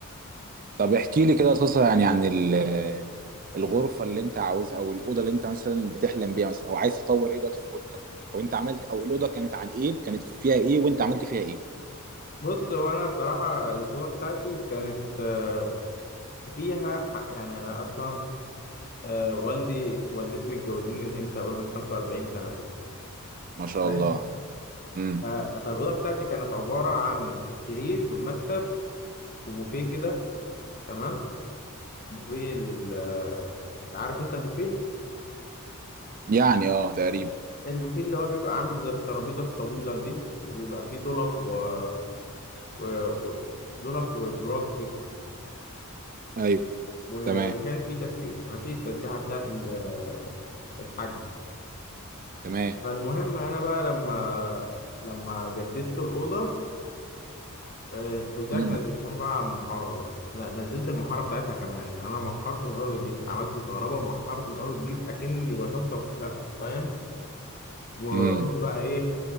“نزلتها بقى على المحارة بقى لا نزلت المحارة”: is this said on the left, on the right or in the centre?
Left